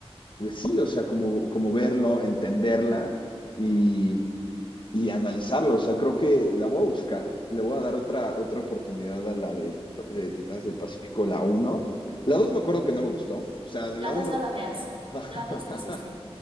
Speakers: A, on the left (about 50°); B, on the right (about 60°).
A: pues sí, o sea, como, como verlo, entenderla y, y analizarlo. O sea, creo que la voy a buscar, le voy a dar otra, otra oportunidad a la de, eh, Titanes del Pacífico, la uno La 2 me acuerdo que no me gustó, o sea, de
B: La
A: la uno
B: 2 no la veas.
A: <laughs>
B: La 2 no existe.